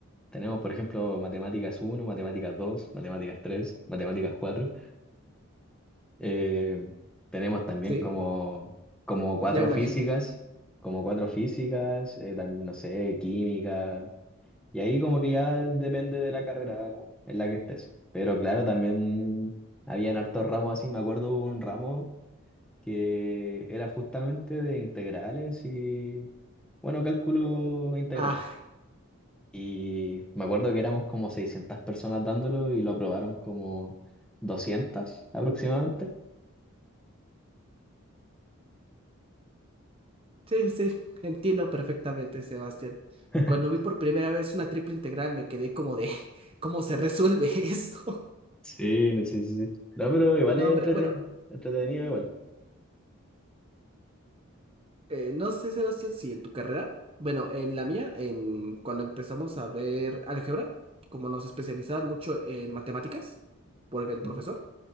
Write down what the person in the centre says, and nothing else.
Tenemos, por ejemplo, matemáticas uno, matemáticas 2, matemáticas 3, matemáticas 4. Eh, tenemos también
como, como cuatro
físicas, como cuatro físicas, eh, también, no sé, química, y ahí como que ya depende de la carrera en la que estés. Pero claro, también habían hartos ramos así, me acuerdo hubo un ramo que era justamente de integrales y, bueno, cálculo integral.
Y me acuerdo que éramos como 600 personas dándolo y lo aprobaron como 200 aproximadamente.
<laughs>
Sí, no, sí, sí, sí. No, pero igual
es
entrete-
entretenido igual.
Mm,